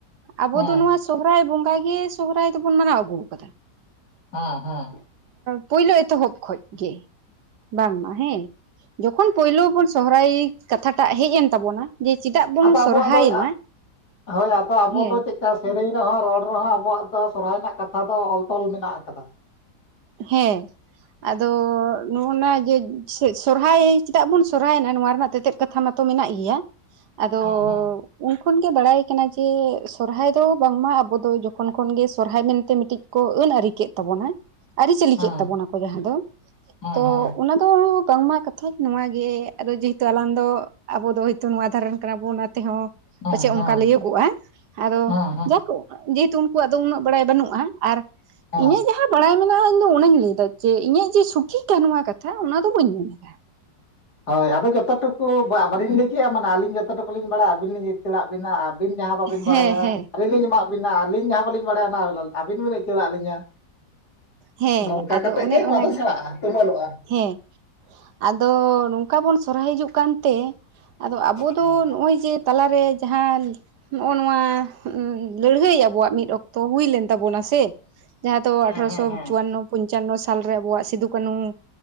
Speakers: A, on the right; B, on the left.
A: ᱟᱵᱚ
B: ᱦᱮᱸ
A: ᱫᱚ ᱱᱚᱣᱟ ᱥᱚᱦᱨᱟᱭ ᱵᱚᱸᱜᱟ ᱜᱮ ᱥᱚᱦᱨᱟᱭ ᱫᱚᱵᱚᱱ ᱢᱟᱱᱟᱣ ᱟᱹᱜᱩ ᱟᱠᱟᱫᱟ᱾
B: ᱦᱮᱸ ᱦᱮᱸ᱾
A: ᱯᱳᱭᱞᱳ ᱮᱛᱚᱦᱚᱵ ᱠᱷᱚᱱ ᱜᱮ ᱵᱟᱝ ᱢᱟ ᱦᱮᱸ ᱡᱚᱠᱷᱚᱱ ᱯᱳᱭᱞᱳ ᱵᱚᱱ ᱥᱚᱦᱨᱟᱭ ᱠᱟᱛᱷᱟᱴᱟᱜ ᱦᱮᱡ ᱮᱱ ᱛᱟᱵᱚᱱᱟ᱾ ᱡᱮ ᱪᱮᱫᱟᱜ ᱵᱚᱱ
B: ᱟᱫᱚ ᱟᱵᱚᱣᱟᱜ
A: ᱥᱚᱨᱦᱟᱭᱮᱱᱟ
B: ᱫᱚ ᱟᱜ ᱦᱳᱭ ᱟᱫᱚ ᱟᱵᱚ
A: ᱦᱮᱸ
B: ᱫᱚ ᱪᱮᱫ ᱠᱟ ᱥᱮᱨᱮᱧ ᱨᱮᱦᱚᱸ ᱨᱚᱲ ᱨᱮᱦᱚᱸ ᱟᱵᱚᱣᱟᱜ ᱫᱚ ᱥᱚᱨᱦᱟᱭ ᱨᱮᱱᱟᱜ ᱠᱟᱛᱷᱟ ᱫᱚ ᱚᱞ ᱛᱚᱞ ᱢᱮᱱᱟᱜ ᱟᱠᱟᱫᱟ᱾
A: ᱦᱮᱸ᱾ ᱟᱫᱚ ᱱᱚᱜᱼᱚ ᱱᱟ ᱡᱮ ᱥᱚᱨᱦᱟᱭ ᱪᱮᱫᱟᱜ ᱵᱚᱱ ᱥᱚᱨᱦᱟᱭᱮᱱᱟ ᱱᱚᱣᱟ ᱨᱮᱱᱟᱜ ᱛᱮᱛᱮᱫ ᱠᱟᱛᱷᱟ ᱢᱟᱛᱚ ᱢᱮᱱᱟᱜ ᱜᱮᱭᱟ ᱟᱫᱚ
B: ᱦᱮᱸ ᱦᱮᱸ
A: ᱩᱱ ᱠᱷᱚᱱ ᱜᱮ ᱵᱟᱲᱟᱭ ᱟᱠᱟᱱᱟ ᱡᱮ ᱥᱚᱨᱦᱟᱭ ᱫᱚ ᱵᱟᱝᱢᱟ ᱟᱵᱚ ᱫᱚ ᱡᱚᱠᱷᱚᱱ ᱠᱷᱚᱱᱜᱮ ᱥᱚᱨᱦᱟᱭ ᱢᱮᱱᱛᱮ ᱢᱤᱫᱴᱤᱡ ᱠᱚ ᱟᱹᱱ ᱟᱹᱨᱤ ᱠᱮᱫ ᱛᱟᱵᱚᱱᱟ ᱟᱹᱨᱤᱪᱟᱹᱞᱤ
B: ᱦᱮᱸ
A: ᱠᱮᱫ ᱛᱟᱵᱚᱱᱟ ᱠᱚ ᱡᱟᱦᱟᱸ ᱫᱚ
B: ᱦᱮᱸ
A: ᱛᱚ
B: ᱦᱮᱸ
A: ᱚᱱᱟ ᱫᱚ ᱵᱟᱝᱢᱟ ᱠᱟ ᱛᱷᱟᱡ ᱱᱚᱣᱟ ᱜᱮ ᱟᱫᱚ ᱡᱮᱦᱮᱛᱩ ᱟᱞᱟᱝ ᱫᱚ ᱟᱵᱚ ᱫᱚ ᱦᱚᱭᱛᱳ ᱱᱚᱣᱟ ᱫᱷᱟᱨᱮ ᱨᱮᱱ ᱠᱟᱱᱟ ᱵᱚᱱ ᱚᱱᱟ ᱛᱮᱦᱚᱸ
B: ᱦᱮᱸ
A: ᱯᱟᱪᱷᱮᱫ
B: ᱦᱮᱸ
A: ᱚᱱᱠᱟ ᱞᱟᱹᱭᱟᱹᱜᱚᱜᱼᱟ ᱟᱫᱚ
B: ᱦᱮᱸ ᱦᱮᱸ
A: ᱡᱟᱠ ᱡᱮᱦᱮᱛᱩ ᱠᱩᱣᱟᱜ ᱫᱚ ᱩᱱᱟᱹᱜ ᱵᱟᱲᱟᱭ ᱵᱟᱹᱱᱩᱜᱼᱟ ᱟᱨ
B: ᱦᱮᱸ
A: ᱤᱧᱟᱹᱜ ᱡᱟᱦᱟᱸ ᱵᱟᱲᱟᱭ ᱢᱮ ᱚᱱᱟ ᱤᱧ ᱫᱚ ᱚᱱᱟᱧ ᱞᱟᱹᱭ ᱮᱫᱟ ᱡᱮ ᱤᱧᱟᱹᱜ ᱡᱮ ᱥᱚᱴᱷᱤᱠᱟ ᱱᱚᱣᱟ ᱠᱟᱛᱷᱟ ᱚᱱᱟ ᱫᱚ ᱵᱟᱹᱧ ᱢᱮᱱ ᱮᱫᱟ᱾
B: ᱦᱳᱭ ᱟᱫᱚ ᱡᱚᱛᱚ ᱴᱩᱠᱩ ᱵᱟᱞᱤᱧ ᱞᱟᱹᱭ ᱠᱮᱫᱮᱜᱼᱟ ᱢᱟᱱᱮ ᱟᱹᱞᱤᱧ ᱡᱚᱛᱚ ᱴᱩᱠᱩ ᱞᱤᱧ ᱵᱟᱲᱟᱭᱟ ᱟᱹᱵᱤᱱ ᱞᱤᱧ ᱟᱹᱪᱟᱹᱲᱟᱜ ᱵᱮᱱᱟ ᱟᱨ ᱟᱹᱵᱤᱱ ᱡᱟᱦᱟᱸ ᱵᱟᱹᱵᱤᱱ
A: ᱦᱮᱸ
B: ᱵᱟᱲᱟᱭᱟ
A: ᱦᱮᱸ
B: ᱟᱹᱞᱤᱧ ᱞᱤᱧ ᱮᱢᱟᱫ ᱵᱤᱱᱟ ᱟᱹᱞᱤᱧ ᱡᱟᱦᱟᱸ ᱵᱟᱹᱞᱤᱧ ᱵᱟᱲᱟᱭᱟ ᱚᱱᱟ ᱟᱹᱵᱤᱱ ᱵᱤᱱ ᱟᱹᱪᱟᱹᱲᱟᱜ ᱞᱤᱧᱟᱹ᱾
A: ᱦᱮᱸ
B: ᱱᱚᱝᱠᱟ
A: ᱟᱫᱚ
B: ᱠᱟᱛᱮᱫ
A: ᱚᱱᱮ
B: ᱜᱮ ᱱᱚᱣᱟ
A: ᱚᱱᱟᱜᱮ
B: ᱫᱚ ᱥᱮᱬᱟᱜᱼᱟ ᱛᱩᱢᱟᱹᱞᱚᱜᱼᱟ᱾
A: ᱦᱮᱸ ᱟᱫᱚ ᱱᱚᱝᱠᱟ ᱵᱚᱱ ᱥᱚᱨᱦᱟᱭ ᱦᱤᱡᱩᱜ ᱠᱟᱱᱛᱮ ᱟᱫᱚ ᱟᱵᱚ
B: ᱦᱮᱸ
A: ᱫᱚ ᱱᱚᱜᱼᱚᱭ ᱡᱮ ᱛᱟᱞᱟᱨᱮ ᱡᱟᱦᱟᱸᱱ ᱱᱚᱜ-ᱚ ᱱᱚᱣᱟ ᱞᱟᱹᱲᱦᱟᱹᱭ ᱟᱵᱚᱣᱟᱜ ᱢᱤᱫ ᱚᱠᱛᱚ ᱦᱩᱭᱞᱮᱱ ᱛᱟᱵᱚᱱᱟ ᱥᱮ᱾ ᱡᱟᱦᱟᱸ ᱫᱚ
B: ᱦᱮᱸ
A: ᱟᱴᱷᱨᱚᱥᱚ
B: ᱦᱮᱸ ᱦᱮᱸ
A: ᱪᱩᱣᱟᱱᱱᱚ ᱯᱚᱧᱪᱟᱱᱱᱚ ᱥᱟᱞᱨᱮ ᱟᱵᱚᱣᱟᱜ ᱥᱤᱫᱩ ᱠᱟᱹᱱᱩ